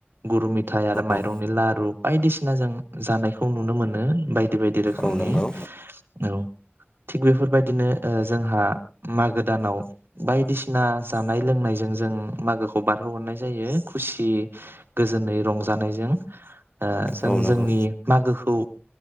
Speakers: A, on the right; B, on the left.
A: गुरु मिथाय आरो
B: औ
A: नि लारु बायदिसिना जों जानायखौ नुनो मोनो बाय बायदि बायदि रोखोमनि
B: औ नंगौ
A: औ थिग बेफोरबायदिनो जोंहा मागो दानाव बायदिसिना जानाय लोंनायजों जों मागोखौ बारहोहरनाय जायो खुसि गोजोनै रंजानायजों ओ जों
B: औ नंगौ
A: जोंनि मागोखौ